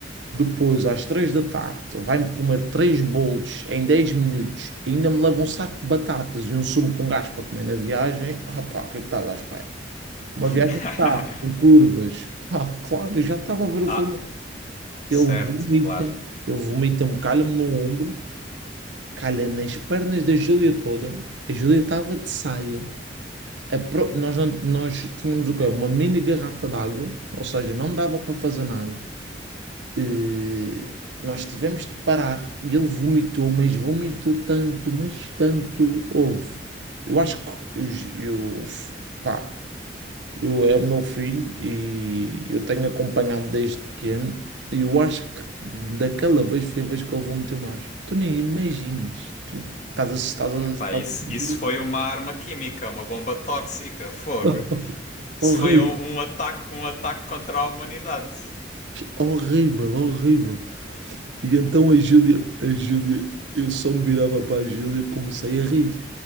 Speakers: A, on the right; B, on the left.
A: Depois, às três da tarde, vai-me comer três bolos em 10 minutos. ainda me leva um saco de batatas e um sumo com gás para comer na viagem. Ah, pá, o que é que estás à espera? Uma
B: <laughs>
A: viagem que está com curvas. Ah, claro, eu já estava a ver o
B: Ah,
A: filme.
B: certo,
A: Ele vomita,
B: claro.
A: ele vomita-me, calha-me no ombro, calha nas pernas da Júlia toda. A Júlia estava de saia. A pro- Nós, não- nós tínhamos o quê? Uma mini garrafa d'água, ou seja, não dava para fazer nada. eh, nós tivemos de parar. E ele vomitou, mas vomitou tanto, mas tanto. Houve. Eu acho que eu, eu, f- pá, eu é o meu filho e eu tenho acompanhado desde pequeno. E eu acho que daquela vez foi a vez que ele vomitou mais. Tu nem imaginas. Tu estás a. Estás a,
B: Epá,
A: estás
B: isso,
A: a...
B: isso foi uma arma química, uma bomba tóxica, fogo.
A: <laughs>
B: Isso
A: Horrível,
B: foi um, um ataque, um ataque contra a humanidade.
A: horrível, horrível. E então a Júlia, a Júlia, eu só me virava para a Júlia e comecei a rir.